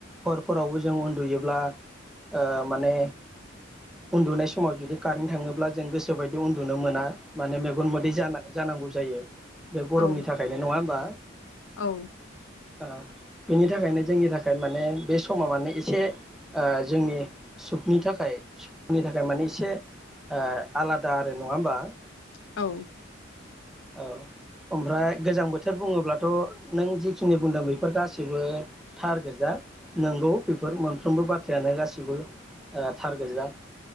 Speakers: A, in the centre; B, on the left.
A: हरफोरावबो जों उन्दुयोब्ला ओ माने उन्दुनाय समाव जुदि कारेन्ट थाङोब्ला जों गोसोबायदि उन्दुनो मोना माने मेगन मोदै जाना जानांगौ जायो। बे गरमनि
B: औ
A: थाखायनो नङा होमबा?
B: औ
A: ओ बेनि थाखायनो जोंनि थाखाय ने बे स समा माने इसे ओ जोंनि सुखनि थाखाय सुखनि थाखाय माने इसे ओ आलादा आरो नङा ओमबा?
B: औ
A: औ ओमफ्राय गोजां बोथोर बुङोब्लाथ' नों जिखिनि बुंदों बेफोर गासिबो थार गोजा। नंगौ बेफोर मोनफ्रोमबो बाथ्रायानो गासिबो ओ थारगोजा